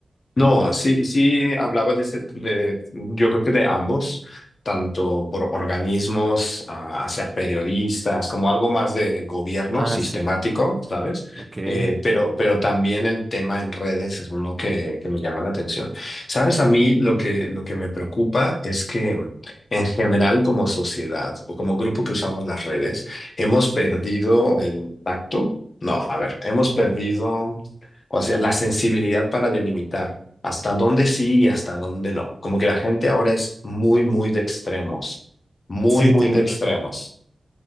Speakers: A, on the left (about 55°); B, on the right (about 25°).
A: No, sí, sí hablaba de ese, de- yo creo que de ambos, tanto por organismos, ah, hacia periodistas, como algo más de gobierno
B: Ah,
A: sistemático,
B: sí,
A: ¿sabes?
B: ok.
A: Eh, pero, pero también el tema en redes es uno que, que me llama la atención. ¿Sabes? A mí lo que, lo que me preocupa es que en general como sociedad o como grupo que usamos las redes, hemos perdido el tacto. No, a ver, hemos perdido, o sea, la sensibilidad para delimitar hasta dónde sí y hasta dónde no. Como que la gente ahora es muy, muy de extremos, muy,
B: Sí,
A: muy
B: tienes
A: de extremos.
B: razón.